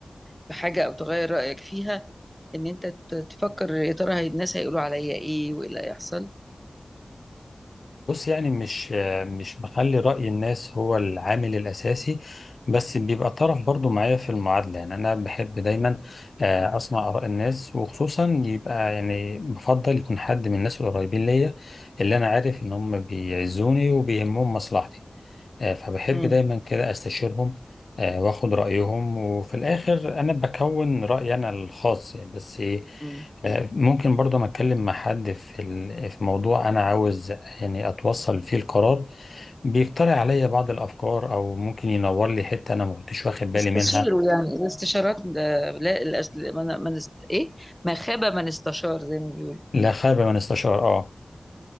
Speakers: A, in the centre; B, on the left.
A: في حاجة أو تغير رأيك فيها إن أنت ت- تفكر يا ترى هي- الناس هيقولوا عليا إيه وإيه اللي هيحصل
B: بص يعني مش مش بخلي رأي الناس هو العامل الأساسي بس بيبقى طرف برضو معايا في المعادلة يعني أنا بحب دايما آه، أسمع آراء الناس وخصوصا يبقى يعني بفضل يكون حد من الناس القريبين ليا اللي أنا عارف إن هم بيعزوني وبيهمهم مصلحتي آه، فبحب
A: مم.
B: دايما كده استشيرهم آه، واخد رأيهم وفي الآخر أنا بكون رأيي أنا الخاص بس
A: مم.
B: آه، ممكن برضه ما أتكلم مع حد في ال- في موضوع أنا عاوز يعني أتوصل فيه القرار بيقترح عليا بعض الأفكار أو ممكن ينور لي حتة أنا ما كنتش واخد بالي
A: استشيروا
B: منها
A: يعني الاستشارات ده لا الأس... من... من است... ايه ما خاب من استشار زي ما بيقول
B: لا خير من استشار آه